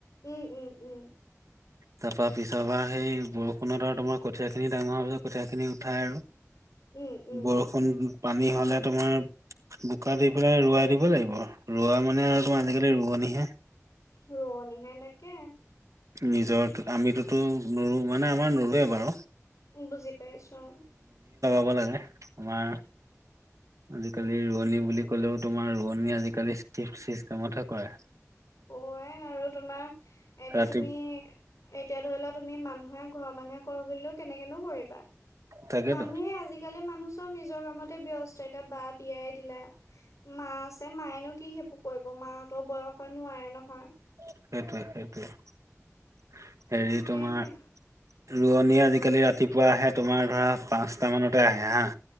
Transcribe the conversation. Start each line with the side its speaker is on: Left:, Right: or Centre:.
Left: উম-উম-উম,
Right: তাৰপা পিছৰ বাৰ সেই বৰষুণত আৰু তোমাৰ কঠীয়া খিনি ডাঙৰ হয় কঠীয়া খিনি উঠাই আৰু
Left: উম, উম,
Right: বৰষুণ পানী হ'লে তোমাৰ বোকা দি পেলাই ৰোৱাই দিব লাগিব ৰোৱা মানে আৰু তোমাৰ আজিকালি ৰোৱনিহে
Left: ৰোৱনিহে তাকে
Right: নিজৰ আমিতোতো নোৰোবে মানে আমাৰ নোৰোৱে বাৰু
Left: বুজি পাইছোঁ।
Right: ক'ব লাগে আমাৰ আজিকালি ৰোৱনী বুলি ক'লেও তোমাৰ ৰোৱনীয়ে আজিকালি চিফট চিষ্টেমতহে কৰে।
Left: অ', আই আৰু তোমাৰ এতিয়া
Right: ৰাতি
Left: তুমি এতিয়া ধৰি লোৱা তুমি মানুহে ঘৰৰ মানুহে কৰো বুলিলেও কেনেকে কৰিবা,
Right: তাকেতো
Left: মানুহে আজিকালি মানুহ চব নিজৰ কামতে ব্যস্ত এতিয়া বা বিয়াই দিলা মা আছে মায়েনো কি সেইবোৰ কৰিব। মাহতৰ বয়স হয় নোৱাৰে নহয়।
Right: সেইটোৱে-সেইটোৱে হেৰি
Left: তাকেহে
Right: তোমাৰ ৰোৱনী আজিকালি ৰাতিপুৱা আহে তোমাৰ ধৰা পাঁচটামানতে আহে হাঁ